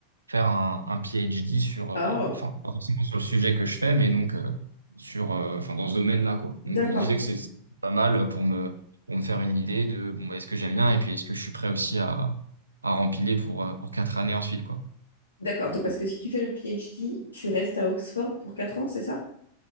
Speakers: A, on the right (about 75°); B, on the left (about 75°).
A: faire un, un PhD sur, euh,
B: Ah,
A: enfin, pas forcément sur le sujet que je fais, mais donc euh, sur, euh, enfin, dans ce domaine-là, quoi.
B: d'accord.
A: Donc, je me disais que c'est c'est pas mal pour me, pour me faire une idée de, bon, bah, est-ce que j'aime bien et puis est-ce que je suis prêt aussi à, à rempiler pour, euh, pour quatre années ensuite, quoi.
B: D'accord. Donc, parce que si tu fais le PhD, tu restes à Oxford pour quatre ans, c'est ça?